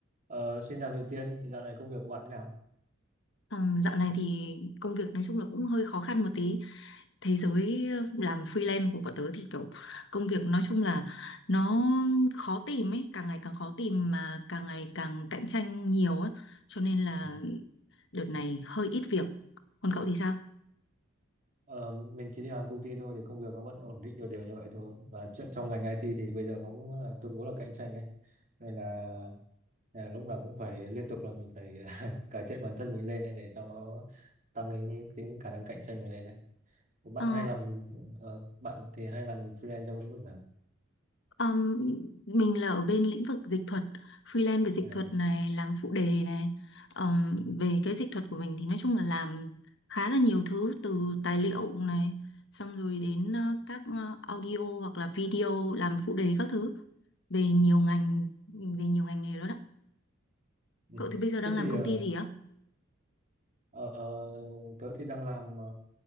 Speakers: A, on the right; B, on the left.
A: Ờ, xin chào Thùy Tiên, dạo này công việc của bạn thế nào?
B: Ờm, dạo này thì công việc nói chung là cũng hơi khó khăn một tí. Thế giới ờ, làm freelance của bọn tớ thì kiểu công việc nói chung là nó khó tìm ấy, càng ngày càng khó tìm mà càng ngày càng cạnh tranh nhiều ấy. Cho nên là
A: Ừ.
B: đợt này hơi ít việc. Còn cậu thì sao?
A: Ờ, mình chỉ đi làm công ty thôi thì công việc nó vẫn ổn định đều đều như vậy thôi và chuyện trong ngành IT thì bây giờ nó cũng ờ, tương đối là cạnh tranh ấy nên là, là lúc nào cũng phải liên tục là mình phải <laughs> cải thiện bản thân mình lên ấy, để cho nó tăng cái, cái khả năng cạnh tranh mình lên đấy. Bạn
B: Ờ.
A: hay làm ờ, bạn thì hay làm freelance trong lĩnh vực nào?
B: Ừm, mình là ở bên lĩnh vực dịch thuật, freelance về dịch
A: À,
B: thuật này, làm phụ đề này. Ừm, về cái dịch thuật của mình thì nói chung là làm khá là nhiều thứ từ tài liệu này, xong rồi đến ờ, các ờ, audio hoặc là video làm phụ đề các thứ về nhiều ngành về nhiều ngành nghề đó đó.
A: ừ.
B: Cậu thì bây giờ
A: Thế
B: đang
A: thì
B: làm công
A: ờ,
B: ty gì á?
A: Ờ, tớ thì đang làm ờ,